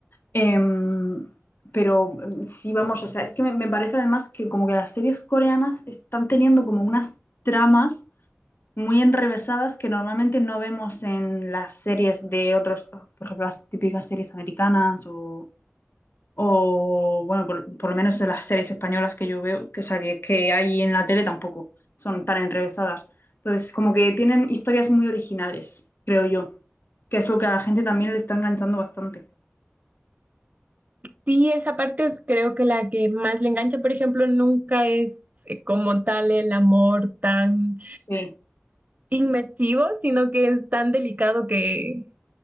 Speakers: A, on the left; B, on the right.
A: Em, pero em, sí, vamos, o sea, es que me, me parece además que como que las series coreanas están teniendo como unas tramas muy enrevesadas que normalmente no vemos en las series de otros, por ejemplo, las típicas series americanas o, o, bueno, por, por lo menos en las series españolas que yo veo, que, o sea, que, que hay en la tele tampoco son tan enrevesadas. Entonces, como que tienen historias muy originales, creo yo, que es lo que a la gente también le está enganchando bastante.
B: Sí, esa parte es creo que la que más le engancha, por ejemplo, nunca es eh, como tal el amor tan
A: Sí.
B: inmersivo, sino que es tan delicado que